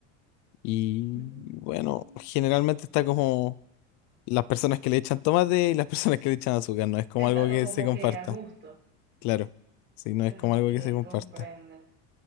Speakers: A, on the left; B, on the right.
A: Y
B: Mm,
A: bueno, generalmente está como... Las personas que le echan tomate y las personas que le echan azúcar, no es como
B: Exacto,
A: algo que
B: como
A: se comparta,
B: que a gusto.
A: claro. Sí, no es
B: Ok,
A: como algo que se comparta,
B: comprendo.